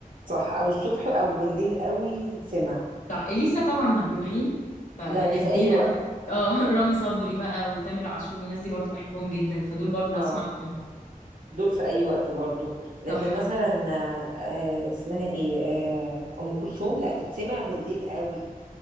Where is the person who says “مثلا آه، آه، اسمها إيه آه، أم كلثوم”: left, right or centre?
Right